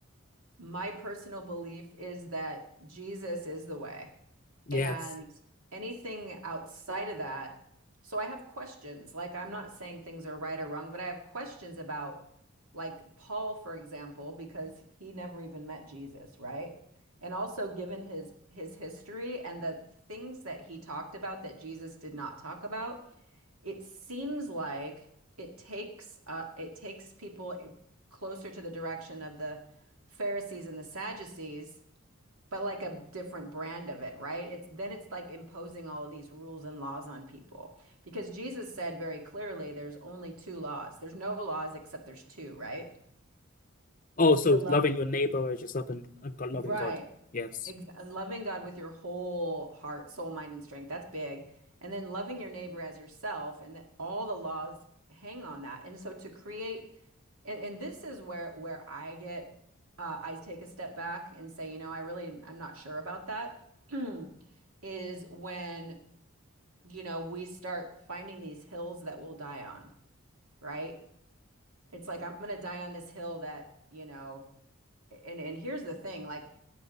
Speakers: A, on the right; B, on the left.
A: My personal belief is that Jesus is the way.
B: yes.
A: And anything outside of that, so I have questions. Like, I'm not saying things are right or wrong, but I have questions about, like, Paul, for example, because he never even met Jesus, right? And also, given his his history and the things that he talked about that Jesus did not talk about, it seems like it takes uh, it takes people closer to the direction of the Pharisees and the Sadducees but like a different brand of it, right? It's then it's like imposing all of these rules and laws on people because Jesus said very clearly there's only two laws. There's no laws except there's two, right?
B: Oh, so
A: To love,
B: loving your neighbor as yourself and, and God, loving
A: right.
B: God. Yes.
A: Ex loving God with your whole heart, soul, mind, and strength. That's big. And then loving your neighbor as yourself, and that all the laws hang on that. And so to create, and, and this is where where I get uh, I take a step back and say, you know, I really I'm not sure about that. <clears throat> is when, you know, we start finding these hills that we'll die on, right? It's like I'm going to die on this hill that, you know, and and here's the thing, like